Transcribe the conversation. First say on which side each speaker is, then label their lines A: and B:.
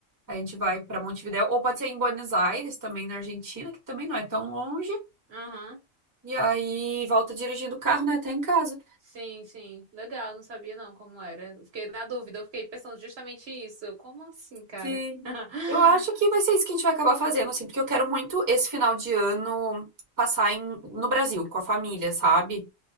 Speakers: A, on the right; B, on the right.
A: A gente vai para Montevidéu, ou pode ser em Buenos Aires, também na Argentina, que também não é tão longe.
B: Aham.
A: E aí volta dirigindo o carro, né, até em casa.
B: Sim, sim. Legal, não sabia não como era. Eu Fiquei na dúvida, eu fiquei pensando justamente isso. Como assim, cara?
A: Sim.
B: <laughs>
A: Eu acho que vai ser isso que a gente vai acabar fazendo, assim, porque eu quero muito esse final de ano passar em, no Brasil, com a família, sabe?